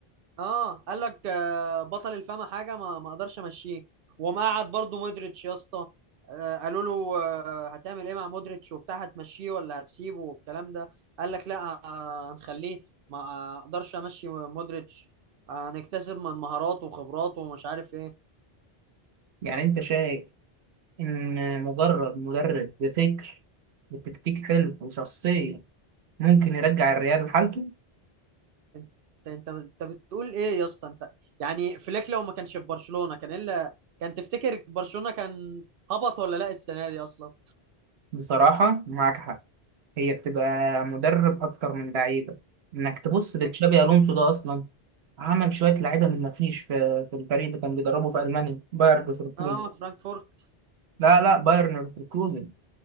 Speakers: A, on the right; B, on the right.
A: اه قال لك آه، بطل الفما حاجه ما ما اقدرش امشيه وما قعد برضه مودريتش يا اسطى آه، قالوا له آه، هتعمل ايه مع مودريتش وبتاع هتمشيه ولا هتسيبه والكلام ده قال لك لا آه، هنخليه ما اقدرش امشي مودريتش آه، هنكتسب من مهاراته وخبراته ومش عارف ايه
B: يعني انت شايف ان مجرد مدرب بفكر بتكتيك حلو وشخصية ممكن يرجع الريال لحالته؟
A: انت انت انت بتقول ايه يا اسطى انت يعني فليك لو ما كانش في برشلونه كان الا كان تفتكر برشلونه كان هبط ولا لا السنه دي اصلا
B: بصراحة معاك حق هي بتبقى مدرب اكتر من لعيبة انك تبص لتشابي
A: أك-
B: الونسو ده اصلا عمل شوية لعيبة من مفيش في في الفريق اللي كان بيدربه في المانيا بايرن ليفركوزن
A: اه فرانكفورت
B: لا لا بايرن ليفركوزن